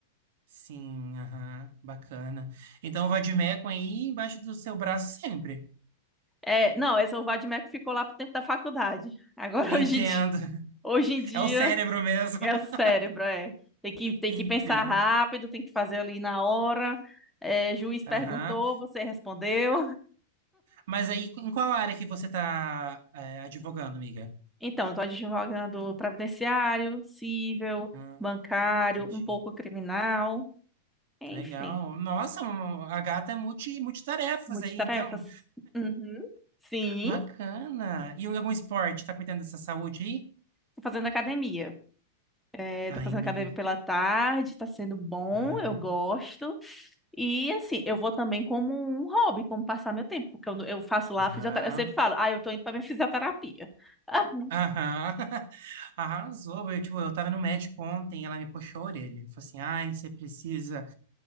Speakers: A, on the right (about 60°); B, in the centre.
A: Sim, aham. Bacana. Então, o Vadimecum aí embaixo do seu braço sempre.
B: É, não, essa Vadimek ficou lá pro tempo da faculdade. Agora,
A: Entendo.
B: <laughs> hoje em dia,
A: <laughs>
B: hoje em dia
A: É o cérebro mesmo.
B: é
A: <laughs>
B: o cérebro, é. Tem que, tem
A: Entendo.
B: que pensar rápido, tem que fazer ali na hora. É, juiz perguntou,
A: Aham.
B: você respondeu.
A: Mas aí, em qual área que você tá é, advogando, amiga?
B: Então, estou advogando previdenciário, civil,
A: Ah,
B: bancário,
A: entendi.
B: um pouco criminal, enfim,
A: Que Legal. Nossa, um- a gata é multi, multitarefas
B: multitarefas.
A: aí, então.
B: Uhum. Sim,
A: Bacana. E algum esporte? Tá cuidando dessa saúde aí?
B: tô fazendo academia. É,
A: Ai,
B: tô fazendo
A: amiga.
B: academia pela tarde, tá sendo bom,
A: Aham.
B: eu gosto. E assim, eu vou também como um hobby, como passar meu tempo, porque eu, eu faço lá
A: Aham.
B: fisioterapia. Eu sempre falo, ah, eu tô indo pra minha fisioterapia. <laughs>
A: Aham. <laughs> Arrasou. Eu, tipo, eu tava no médico ontem, ela me puxou a orelha. Falou assim, ai, você precisa